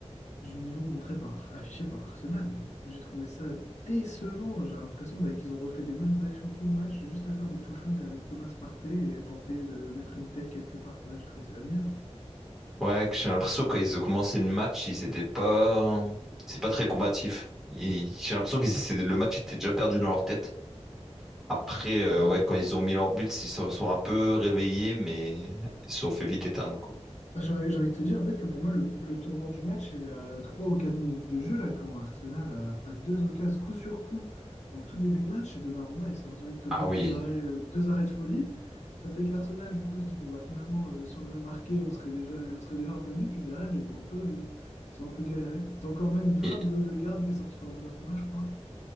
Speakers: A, on the left (about 85°); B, in the centre.
A: du niveau montré par, affiché par Arsenal. J'ai trouvé ça décevant. J'ai l'impression d'a- qu'ils ont refait les mêmes actions tout le match, juste à faire des touches longues avec Thomas Partey et tenter de mettre une tête quelque part, quoi. J'ai trouvé ça nul.
B: Ouais, que j'ai l'impression que quand ils ont commencé le match, ils étaient pas, c'est pas très combatif. Ils- J'ai l'impression que c'est- le match était déjà perdu dans leur tête. Après, euh,
A: Bah
B: ouais, quand ils ont mis leur but, ils se sont un peu réveillés, mais ils se sont fait vite éteindre quoi.
A: J'ai envie j'ai envie de te dire en fait que pour moi le, le tournant du match il y a 3 ou 4 minutes de jeu là quand Arsenal a, a deux occasions coup sur coup en tout début de match et Donnarumma il sort directement
B: Ah
A: deux
B: oui.
A: arrêts, euh, deux arrêts de folie. Ça fait qu'Arsenal du coup se dit bon bah finalement euh, si on avait marqué on serait déjà on serait déjà revenu puis derrière ils ont un peu euh, ils ont un peu galéré. T'as encore même une frappe
B: Et-
A: de haut de garde qui est sortie par Donnarumma je crois.